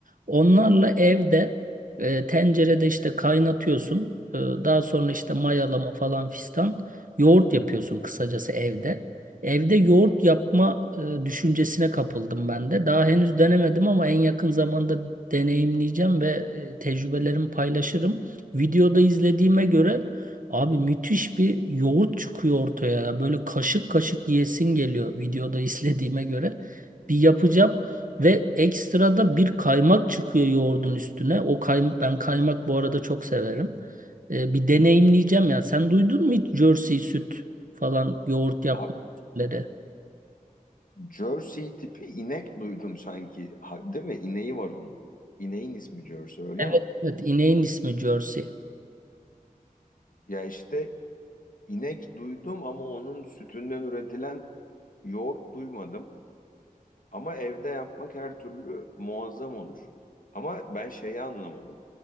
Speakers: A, on the right; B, on the left.
A: Onlarla evde e, tencerede işte kaynatıyorsun. E, daha sonra işte mayalama falan fistan. Yoğurt yapıyorsun kısacası evde. Evde yoğurt yapma e, düşüncesine kapıldım ben de. Daha henüz denemedim ama en yakın zamanda deneyimleyeceğim ve e, tecrübelerimi paylaşırım. Videoda izlediğime göre Abi müthiş bir yoğurt çıkıyor ortaya ya. Böyle kaşık kaşık yiyesin geliyor videoda <laughs> izlediğime göre. Bir yapacağım ve ekstra da bir kaymak çıkıyor yoğurdun üstüne. O kaymak ben kaymak bu arada çok severim. Ee, bir deneyimleyeceğim ya. Sen duydun mu hiç Jersey süt falan yoğurt yapmaları?
B: Abi Jersey tipi inek duydum sanki. Ha, değil mi? İneği var onun. İneğin ismi Jersey öyle
A: Evet.
B: mi?
A: Evet, ineğin ismi Jersey.
B: Ya işte inek duydum ama onun sütünden üretilen yoğurt duymadım. Ama evde yapmak her türlü muazzam olur. Ama ben şeyi anlamadım.